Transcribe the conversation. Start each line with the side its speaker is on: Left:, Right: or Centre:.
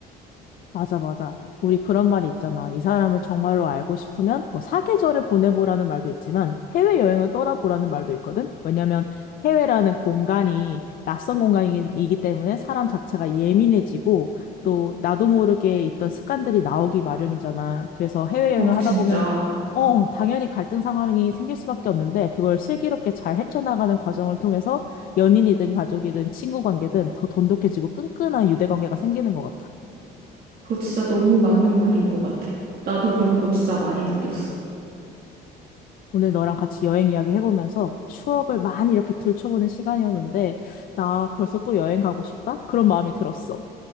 Left: 맞아, 맞아. 우리 그런 말이 있잖아. 이 사람을 정말로 알고 싶으면 뭐 사계절을 보내보라는 말도 있지만 해외여행을 떠나보라는 말도 있거든. 왜냐면 해외라는 공간이 낯선 공간이기 때문에 사람 자체가 예민해지고 또 나도 모르게 있던 습관들이 나오기 마련이잖아. 그래서 해외여행을
Right: 어,
Left: 하다
Right: 진짜.
Left: 보면 어, 당연히 갈등 상황이 생길 수밖에 없는데 그걸 슬기롭게 잘 헤쳐나가는 과정을 통해서 연인이든 가족이든 친구 관계든 더 돈독해지고 끈끈한 유대 관계가 생기는 것 같아.
Right: 그거 진짜 너무 맞는 말인 것 같아. 나도 그런 거 진짜 많이 느꼈어.
Left: 오늘 너랑 같이 여행 이야기 해보면서 추억을 많이 이렇게 들춰보는 시간이었는데, 나 벌써 또 여행 가고 싶다? 그런 마음이 들었어.